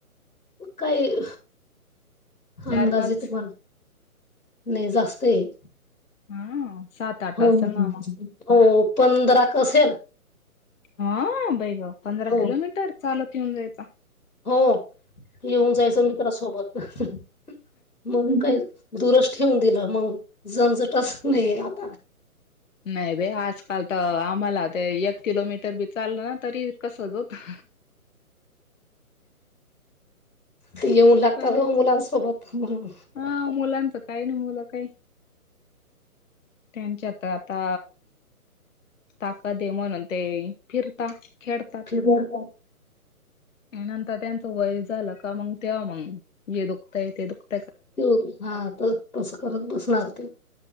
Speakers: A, on the left; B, on the left.
A: काही.
B: चार
A: अंदाज
B: पाच
A: येत. पण नाही जास्त आहे.
B: हा. सात आठ
A: हो.
B: असेल ना मग
A: हो. पंधरा कसेल.
B: हा बै ग. पंधरा
A: हो
B: किलोमीटर चालत येऊन जायचा.
A: हो. येऊन जायचं. मित्रासोबत म्हणून काय दुरस ठेवून दिलं. मग जंजटच नाही. आता
B: नाही बाई आजकाल तर आम्हाला ते एक किलोमीटर बी चाललं ना तरी कसच होत.
A: ते येऊन लागता
B: पहिल्याच
A: ग मुलांन सोबत म्हनून
B: हा मुलांचं काही नाही मुलं काही त्यांच्यात आता ताकद आहे. म्हणून ते फितता, खेडतात.
A: <unintelligible>
B: आणि नंतर त्यांचं वय झालं का मग तेव्हा मग ये दुखतंय, ते दुखत
A: <unintelligible> तस करत बसणार ते.